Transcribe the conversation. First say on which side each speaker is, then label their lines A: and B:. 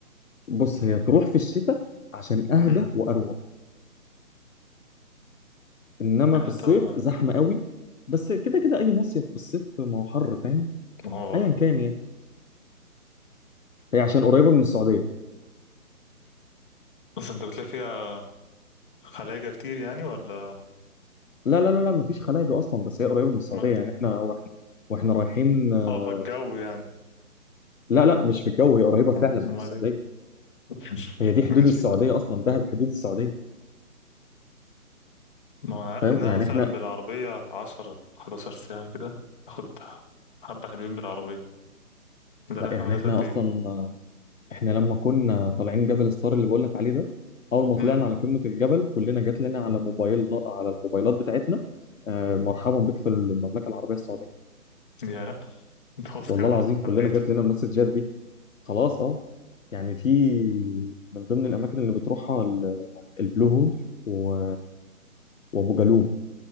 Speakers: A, on the left; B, on the left.
A: بص هي تروح في الشتاء عشان اهدى
B: امم
A: واروق انما
B: هذا
A: في الصيف
B: هو.
A: زحمه قوي بس كده كده اي مصيف في الصيف ما هو حر فاهم
B: ما هو
A: ايا كان يعني هي عشان قريبه من السعوديه
B: بس أنت بتلاقي فيها خلايجة كتير يعني ولا
A: لا لا لا لا مفيش خلايجه اصلا بس هي قريبه من السعوديه
B: أمال
A: يعني
B: إيه؟
A: احنا واحنا واحنا رايحين آه،
B: اه فالجو يعني
A: لا لا مش في الجو هي قريبه فعلا
B: أمال
A: من السعوديه
B: إيه؟ <laughs>
A: هي دي حدود
B: ماشي
A: السعوديه اصلا دهب حدود السعوديه
B: ما انا عارف
A: فاهم
B: انها
A: يعني
B: مثلا
A: احنا
B: بالعربية 10 11 ساعة كده اخد حبة حلوين بالعربية ده
A: لا
B: رايح
A: يعني
B: مدة
A: احنا
B: قد ايه؟
A: اصلا آه، احنا لما كنا طالعين جبل ستار اللي بقول لك عليه ده اول ما
B: امم
A: طلعنا على قمه الجبل كلنا جات لنا على موبايل على الموبايلات بتاعتنا آه، مرحبا بك في المملكه العربيه السعوديه
B: يا انت خلاص
A: والله
B: كده
A: العظيم
B: <laughs>
A: كلنا
B: عديته
A: جات لنا المسجات دي خلاص اه يعني في من ضمن الاماكن اللي بتروحها ال- البلو هول و... وابو جالوم